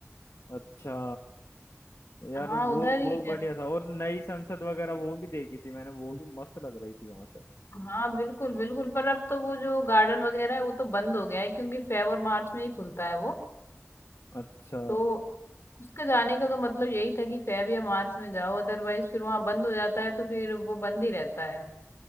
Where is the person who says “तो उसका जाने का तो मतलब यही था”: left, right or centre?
Left